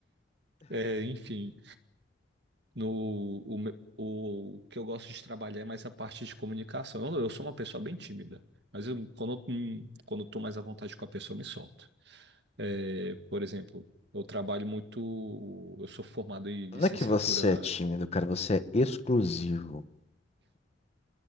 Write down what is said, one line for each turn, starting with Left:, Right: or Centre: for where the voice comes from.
Right: É, enfim, no, o, me- o o que eu gosto de trabalhar é mais a parte de comunicação. Eu, eu sou uma pessoa bem tímida, mas eu, quando, eu- hum, quando eu tô mais à vontade com a pessoa, eu me solto. É, por exemplo, eu trabalho muito. Eu sou formado em licenciatura
Left: Não é que você é tímido, cara, você é exclusivo.